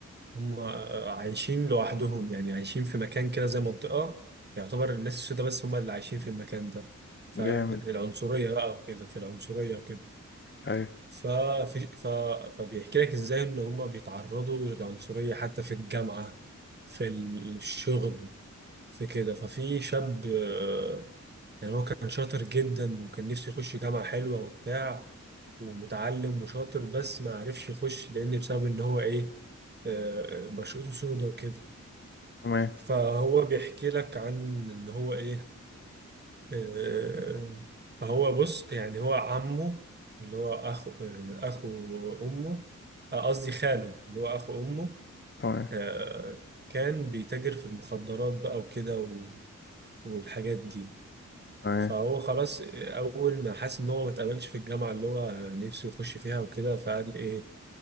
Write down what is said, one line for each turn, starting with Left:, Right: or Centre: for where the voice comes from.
Right: هم آه، عايشين لوحدهم يعني عايشين في مكان كده زي منطقة يعتبر الناس السوداء بس هم اللي عايشين في المكان ده فاهم
Left: جامد
Right: العنصرية بقى وكده في العنصرية وكده
Left: أيوة
Right: ففي ف... فبيحكي لك ازاي ان هم بيتعرضوا للعنصرية حتى في الجامعة في الشغل في كده ففي شاب آه، يعني هو كان شاطر جدا وكان نفسه يخش جامعة حلوة وبتاع ومتعلم وشاطر بس ما عرفش يخش لان بسبب ان هو ايه آه، آه، بشرته سودة وكده
Left: تمام
Right: فهو بيحكي لك عن ان هو ايه آه، فهو بص يعني هو عمه اللي هو اخو آه، اخو امه آه، قصدي خاله اللي هو اخو امه
Left: تمام
Right: آه، كان بيتاجر في المخدرات بقى وكده و- والحاجات دي
Left: تمام
Right: فهو خلاص آه، اول ما حس ان هو ما اتقبلش في الجامعه اللي هو نفسه يخش فيها وكده فقال ايه